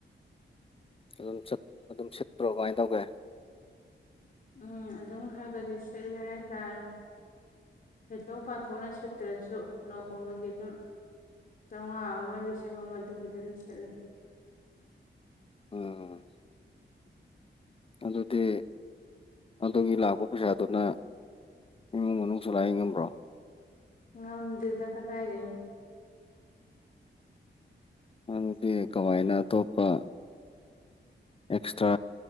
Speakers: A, on the left; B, on the left.
A: ꯑꯗꯨꯝ ꯆꯠ ꯑꯗꯨꯝ ꯁꯤꯠꯄ꯭ꯔꯣ ꯀꯃꯥꯏ ꯇꯧꯒꯦ
B: ꯎꯝ ꯑꯗꯨꯝ ꯈꯔ ꯈꯗꯤ ꯁꯤꯠꯂꯦ ꯍꯥꯏ ꯇꯥ ꯍꯦꯇꯣꯛ ꯄꯥꯊꯣꯛꯅ ꯁꯤꯠꯇ꯭ꯔꯁꯨ ꯅꯣꯡꯃꯒꯤ ꯗꯨꯝ ꯆꯧꯉꯥ ꯃ ꯂꯤꯁꯤꯡ ꯑꯃ ꯑꯗꯨꯝ ꯕꯨꯗꯤ ꯁꯤꯠꯂꯦ
A: ꯎꯝ ꯑꯗꯨꯗꯤ ꯑꯗꯨꯒꯤ ꯂꯥꯛꯄ ꯄꯩꯁꯥꯗꯨꯅ ꯏꯃꯨꯡ ꯃꯅꯨꯡ ꯆꯂꯥꯏ ꯉꯝꯕ꯭ꯔꯣ
B: ꯉꯝꯗꯦꯗ ꯀꯗꯥꯏꯗꯩꯅꯣ
A: ꯑꯗꯨꯗꯤ ꯀꯃꯥꯏꯅ ꯑꯇꯣꯞꯄ ꯑꯦꯛꯁꯇ꯭ꯔꯥ